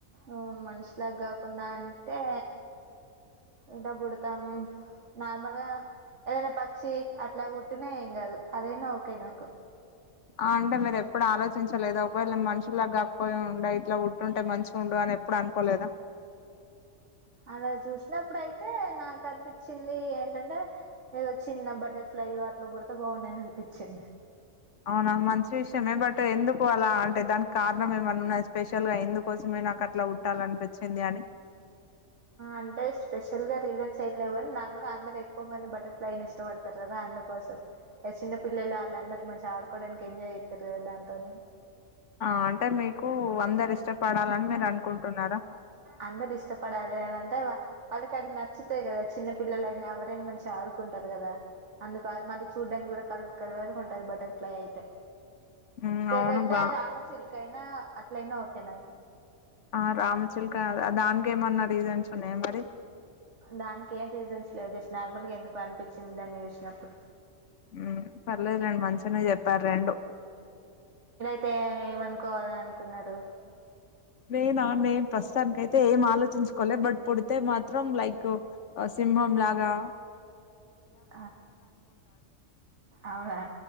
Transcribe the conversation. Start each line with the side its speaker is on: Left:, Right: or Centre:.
Right: ఆహ్ మనిషిలా కాకుండా అంటే ఎట్ల బుడతాం నార్మల్గా ఏదైనా పక్షి అట్లా పుట్టినా ఏం కాదు అదైనా ఓకే నాకు
Left: ఆహ్ అంటే మీరు ఎప్పుడు ఆలోచించలేదు ఒకవేళ నెన్ మనుషులాగా కాకపోయి ఉంటే ఇట్లా వుట్టుంటే మంచిగా ఉండడు అ ఎప్పుడు అనుకోలేదా
Right: అలా చూసినప్పుడు అయితే నాకు అనిపించింది ఏంటంటే ఏదో చిన్న అప్పటి అయ్యో అట్ల పుడితే బాగుండని అనిపించింది
Left: అవునా మంచి విషయమే బట్ ఎందుకు అలా అంటే దానికి కారణం ఏమన్నాన్నా స్పెషల్ గా ఎందుకోసం నాకు అట్లా వుంటాలి అనిపించింది అని
Right: అంటే స్పెషల్గా రీజన్స్ ఏం లేవు కాని నార్మల్ గా అందరు ఎక్కువ మంది బటర్ఫ్లైని ఇష్టపడతారు కదా అందుకోసం చిన్న పిల్లలు వాళ్ళందరూ మంచిగా ఆడుకోవడానికి ఎంజాయ్ జెతరు కదా దాంతోనే
Left: ఆహ్ అంటే మీకు అందరు ఇష్టపడాలని మీరు అనుకుంటున్నారా
Right: అందరు ఇష్టపడాల అంటే వాళ్ళకి అది నచ్చుతాయి కదా చిన్న పిల్లలైనా ఎవరైనా మంచిగా ఆడుకు ఉంటారు కదా అందుకు అది మళ్ళీ చూడ్డానికి కూడా కలర్ కలర్ ఉంటంది బటర్ఫ్లై అయితే
Left: మ్మ్
Right: లేదంటే
Left: అవును బా
Right: రామ చిలుక అయిన అట్లయినా ఓకే నాకు
Left: ఆహ్ రామచిల్క దానినకి ఏమన్నా రీజన్స్ ఉన్నాయ మరి
Right: దానికి ఏం రీజన్స్ లేవు జస్ట్ నార్మల్గా ఎందుకో అనిపించింది దాన్ని చూసినప్పుడు
Left: మ్మ్ <inaudible> చెప్పారు రెండు
Right: అయితే ఏం అనుకోవాలి అనుకున్నారు
Left: నేనా నేను ప్రస్తుతాననికి అయితే ఏం ఆలోచించుకోలే బట్ పుడితే మాత్రం లైక్ సింహంలాగా
Right: ఆహ్ అవునా